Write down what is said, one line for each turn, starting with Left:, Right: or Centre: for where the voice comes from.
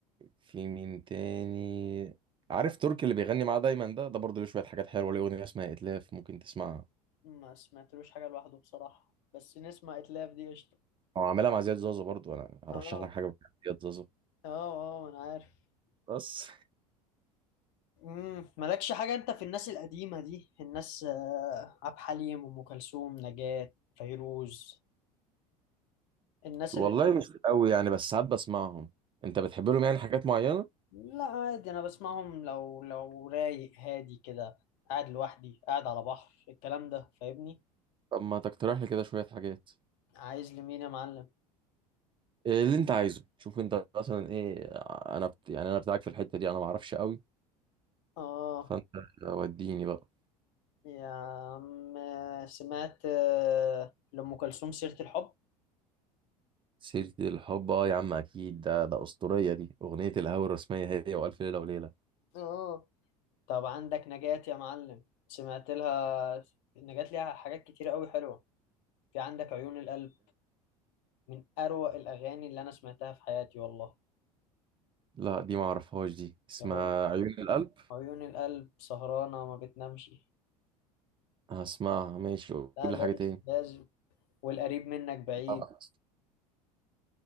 Right: في مين تاني عارف تركي اللي بيغني معاه دايما ده ده برضه ليه شويه حاجات حلوه ليه اغنيه اسمها اتلاف ممكن تسمعها
Left: ما سمعتلوش حاجة لوحده بصراحة بس نسمع اتلاف دي قشطة
Right: او عاملها مع زياد زازا برضه انا هرشح
Left: اه
Right: لك حاجه بتاعت زياد زازا
Left: اه اه ما انا عارف
Right: بس
Left: امم مالكش حاجة انت في الناس القديمة دي الناس آه، عبد الحليم ام كلثوم نجاة فيروز الناس
Right: والله
Left: اللي
Right: مش قوي يعني بس ساعات بسمعهم انت بتحب لهم يعني حاجات معينة
Left: لا عادي انا بسمعهم لو لو رايق هادي كده قاعد لوحدي قاعد على بحر الكلام ده فاهمني
Right: طب ما تقترح لي كده شوية حاجات
Left: عايز لمين يا معلم
Right: إيه اللي انت عايزه شوف انت مثلا ايه انا بت... يعني انا بتاعك في الحتة دي انا ما اعرفش قوي
Left: اه
Right: فانت وديني بقى
Left: يا عم سمعت آه، لأم كلثوم سيرة الحب
Right: سيرة الحب اه يا عم اكيد ده ده اسطورية دي اغنية الهوى الرسمية هي والف ليلة وليلة
Left: اه طب عندك نجاة يا معلم سمعت لها نجاة ليها حاجات كتير قوي حلوة في عندك عيون القلب من أروع الأغاني اللي أنا سمعتها في حياتي والله
Right: لا دي ما اعرفهاش دي اسمها
Left: يا رب
Right: عيون القلب
Left: عيون القلب سهرانة ما بتنامش
Right: هسمعها ماشي قول
Left: لا لازم
Right: لي حاجة تاني
Left: لازم والقريب منك بعيد
Right: آه،